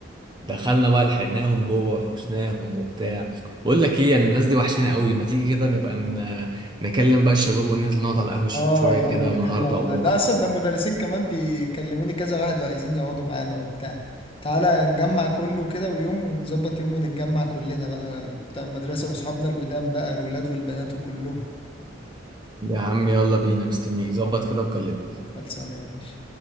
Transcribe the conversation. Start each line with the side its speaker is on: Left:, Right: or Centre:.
Right: دخلنا بقى لحقناهم جوه وحشناهم وبتاع بقول لك ايه يعني الناس دي وحشنا قوي ما تيجي كده نبقى ن- نكلم بقى الشباب وننزل نقعد على القهوة
Left: اه
Right: شوية
Left: يلا
Right: كده النهاردة
Left: يلا والله
Right: او بكرة
Left: ده أصلا ده المدرسين كمان بيكلموني كذا واحد وعايزين يقعدوا معانا وبتاع تعالى نجمع كله كده ويوم ونظبط يوم ونتجمع كلنا بقى بتاع المدرسة وأصحابنا القدام بقى الولاد والبنات وكلهم
Right: يا عم يلا بينا مستنيك ظبط كده وكلمني
Left: خلصانة يا باشا